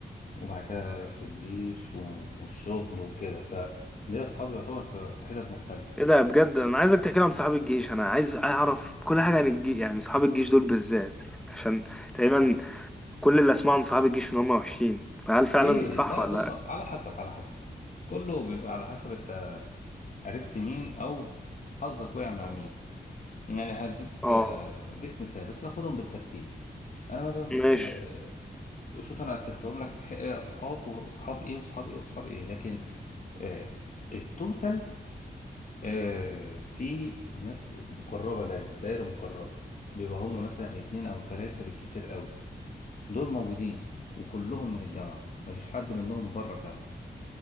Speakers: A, on the left; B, in the centre.
A: وبعد كده في الجيش و- والشغل وكده فليه أصحابي يعتبر في في حتت مختلفة
B: ايه ده بجد انا عايزك تحكي لي عن صحاب الجيش انا عايز اعرف كل حاجه عن الجيش يعني صحاب الجيش دول بالذات عشان تقريبا كل اللي اسمعه عن صحاب الجيش ان هم وحشين فهل فعلا
A: ليه؟
B: صح
A: لا
B: ولا
A: بص
B: لا
A: على حسب على حسب كله بيبقى على حسب انت عرفت مين أو حظك وقع مع مين يعني هديك
B: اه
A: آه، هديك مثال بس ناخدهم بالترتيب انا مثلا
B: ماشي
A: آه، شوف انا قسمتهم لك ح- اصحاب واصحاب ايه واصحاب ايه واصحاب ايه لكن آه، التوتال آه، في ناس مقربة دايما دايرة مقربة بيبقى هما مثلا اتنين أو تلاتة بالكتير قوي دول موجودين وكلهم من الجامعة مفيش حد منهم بره الجامعة